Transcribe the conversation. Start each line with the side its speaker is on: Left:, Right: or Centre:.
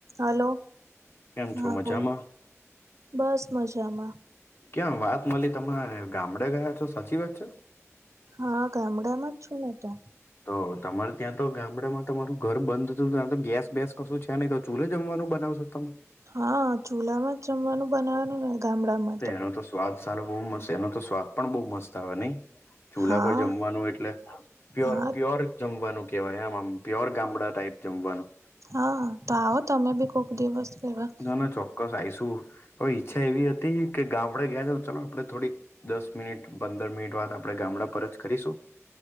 Right: હલો.
Left: કેમ
Right: હા,
Left: છો મજામાં
Right: બોલ. બસ, મજામાં.
Left: કેમ વાત મલી, તમાય ગામડે ગયા છો? સાચી વાત છે.
Right: હા, ગામડામાં જ છું હું તો.
Left: તો તમારે ત્યાં તો ગામડામાં તમારું ઘર બંધ અતું, તા તો ગેસ બેેસ કસું છે નઈ, ત ચૂલે જમવાનું બનાવસો તમ?
Right: હા, ચૂલામાં જ જમવાનું બનાવાનું ને ગામડામાં.
Left: રે એનો તો સ્વાદ સારો બઉ મસે, એનો તો સ્વાદ પણ બઉ મસ્ત આવે નઈ. ચૂલા
Right: હા
Left: પર જમવાનું એટલે પ્યોર
Right: હા
Left: પ્યોર જમવાનું કેવાય આમ, આમ પ્યોર ગામડા ટાઈપ જમવાનું.
Right: હા, તો આવો તમે બી કોક દિવસ. લેવા
Left: ના ના ચોક્કસ આઈસું. હવે, ઈચ્છા એવી અતી કે ગામડે ગયા. તો ચાલો, આપડણે થોડીક દસ મિનિટ, પંદર મિનિટ વાત આપડણે ગામડા પર જ કરીશું.